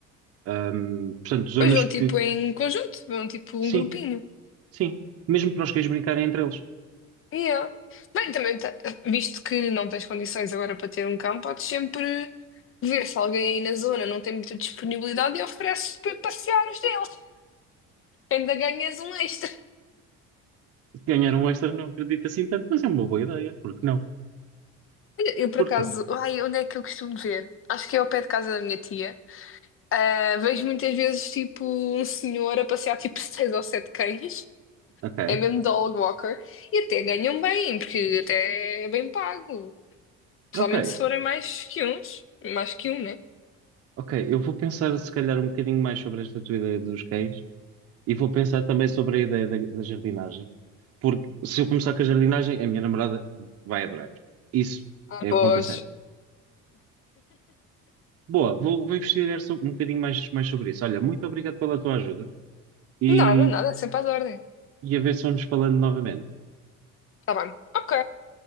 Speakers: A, on the right; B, on the left.
A: hum, portanto, zonas
B: Pois vão
A: que,
B: tipo em conjunto, vão tipo
A: sim,
B: um grupinho.
A: sim, mesmo para os cães brincarem entre eles.
B: Yeah. Bem, também, tá- visto que não tens condições agora para ter um cão, podes sempre ver se alguém aí na zona não tem muita disponibilidade e ofereces para passear os dele. Ainda ganhas um extra.
A: Ganhar um extra não acredito assim tanto, mas é uma boa ideia, porque não?
B: Eu, por
A: Porque
B: acaso,
A: não?
B: ai, onde é que eu costumo ver? Acho que é ao pé de casa da minha tia. Ah, vejo muitas vezes tipo um senhor a passear tipo <laughs> seis ou sete cães.
A: Ok,
B: É mesmo dog walker. E até ganham bem, porque até é bem pago. Principalmente
A: ok,
B: se forem mais que uns, mais que um, né?
A: ok, eu vou pensar se calhar um bocadinho mais sobre esta tua ideia dos cães E vou pensar também sobre a ideia da, da jardinagem, porque se eu começar com a jardinagem, a minha namorada vai adorar. Isso
B: Após.
A: é ponto ponta Boa, vou, vou investigar so- um bocadinho mais, mais sobre isso. Olha, muito obrigado pela tua ajuda e,
B: Nada, nada, é sempre às ordens.
A: e a ver se vamos falando novamente.
B: Tá bem. Ok,